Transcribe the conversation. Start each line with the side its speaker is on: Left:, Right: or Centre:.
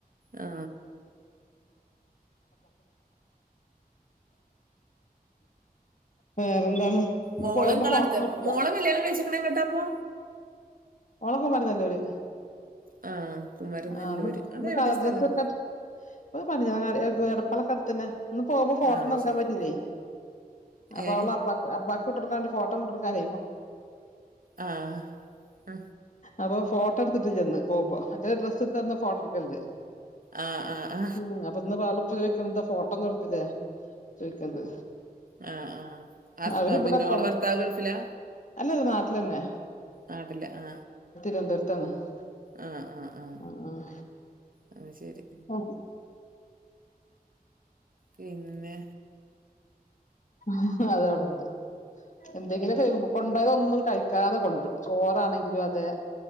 Right: ആ
Left: വേറെന്താണ് ഇന്ന്
Right: മോളങ്ങള
Left: പോകുമ്പോ ഫോട്ടോന്നും
Right: അടുത്ത്
Left: എടുത്തില്ല
Right: മോളം കല്യാണം കഴിച്ചിക്കണേ കേട്ടാപ്പൊ
Left: ഓളെ മരുന്നല്ലേര്
Right: ആ കുമരനെല്ലൂര്
Left: ആ ന്ന്
Right: അതെവിടെ
Left: ഇന്ന് കളർഡ്രസ്സ്
Right: സ്ഥലം
Left: <unintelligible> സ്കൂളകെ അടുതന്നെ, ഇന്ന് പോകുമ്പോ ഫോട്ടോന്നും
Right: ആ
Left: ഇട്ൻ
Right: ശരി
Left: പറ്റില്ലേ, അപ്പോളെ
Right: ഏ
Left: അബക്ക് അബ ട്ട് കൊടുക്കാണ്ട് ഫോട്ടോ വിട്ടുകൊടുക്കാൻ
Right: ആ ആ
Left: അപ്പൊ, ഫോട്ടോ എടുത്തിട്ട്ലന്ന് പോകുമ്പോ മറ്റേ ഡ്രസ്സ്ട്ടന്ന് ഫോട്ടോ എടുക്കലുണ്ട്
Right: ആ ആ ആ
Left: ഉം അപ്പൊന്ന് ഓളെപ്പ ചോയിക്കഫോട്ടോ ഒന്നും കൊടുത്തില്ലേ ചേയിക്ക്ണത്
Right: ആ ആ ആ. ഹസ്-
Left: അവരിവിടെപ്പോ
Right: ആ, പിന്നെ ഓളെ ഭർത്താവ് ഗൾഫിലാ
Left: അല്ലല്ല നാട്ടിലന്നെ
Right: ആയിട്ടില്ല ആ
Left: <unintelligible>
Right: ആഹ ആഹ് ആഹ
Left: ഉം,
Right: അ ശരി
Left: ഉം.
Right: പിന്നെ
Left: ആ അത് അവിടെണ്ട് എന്തെങ്കിലും പേരിന് കൊണ്ടായത് ഒന്നും കഴിക്കാതെ കൊണ്ടരും ചോറാണെങ്കിലും അതെ